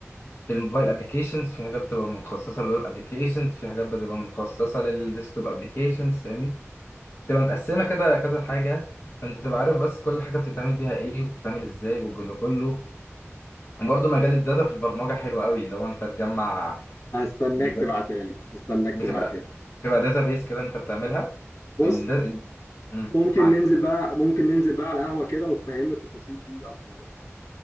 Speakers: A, on the left (about 50°); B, on the left (about 75°).
A: للموبايل ابلكيشنز في حاجات بتبقى متخصصه للويب ابلكيشنز في حاجات بتبقى متخصصه للديسكتوب ابلكيشنز فاهمني؟ تبقى متقسمة كده كذا حاجة فأنت تبقى عارف بس كل حاجة بتتعمل بيها إيه وبتتعمل إزاي والجو ده كله وبرضه مجال الداتا في البرمجة حلو قوي لو أنت تجمع
B: هستناك
A: بيبقى-
B: تبعتها لي هستناك
A: بتبقى
B: تبعتها لي
A: بتبقى داتا بيس كده أنت بتعملها
B: بص
A: والدا... مم،
B: ممكن
A: معاك
B: ننزل بقى ممكن ننزل بقى على قهوة كده وتفهمني التفاصيل دي اكتر يعني